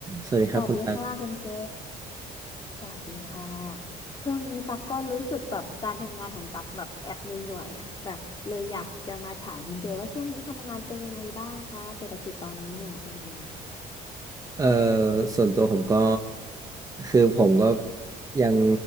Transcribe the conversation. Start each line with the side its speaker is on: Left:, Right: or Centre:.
Right: สวัสดีครับคุณตัก
Left: สวัสดีค่ะคุณเจ สวัสดีค่ะ ช่วงนี้ตักก็รู้สึกแบบการทำงานของตักแบบแอบเหนื่อยๆอ่ะแบบเลยอยากจะมาถามคุณเจว่าช่วงนี้ทำงานเป็นยังไงบ้างคะเศรษฐกิจตอนนี้เนี่ยเป็นยังไง
Right: เอ่อส่วนตัวผมก็คือผมก็ยัง